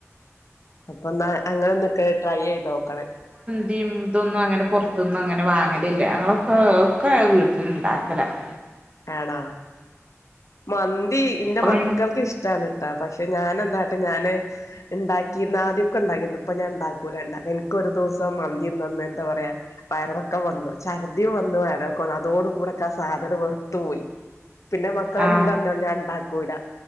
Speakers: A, on the left; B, on the right.
A: അപ്പൊന്നാ അങ്ങനെന്ന് ഇൻക്ക് ട്രൈ ചെയ്ത് നോക്കണം.
B: ന്തീം ഇതൊന്നും അങ്ങനെ പൊറത്ത്ന്ന് അങ്ങനെ വാങ്ങലില്ല. ഞങ്ങളൊക്കെ ഒക്കെ വീട്ട്ല്ണ്ടാക്കലാ. ആ <inaudible>
A: ആണോ? മന്തി ഇന്റെ
B: ഇപ്പഴും
A: മക്കൾക്ക് ഇഷ്- ടാണ് ട്ടോ പക്ഷെ ഞാനെന്താട്ട് ഞാന് ഇണ്ടാക്കിന്ന് ആദ്യോക്കെ ഇണ്ടാക്കീന്നു. ഇപ്പൊ ഞാൻ ഇണ്ടാക്കൂല. എന്നാല് ഇൻ ക്ക് ഒരു ദിവസം മന്തി തിന്ന അന്ന് എന്താ പറയാ വയറെളക്കം വന്നു, ഛർധിം വന്നു വയറെള- ക്കോളാ അതോട്‌കൂടെ ഇൻക്ക് ആ സാധനം വെറ്ത്ത്പോയി. പിന്നെ മക്കള്
B: ആ
A: എന്ത് പറഞ്ഞാലും ഞാൻ ഇണ്ടാക്കൂല.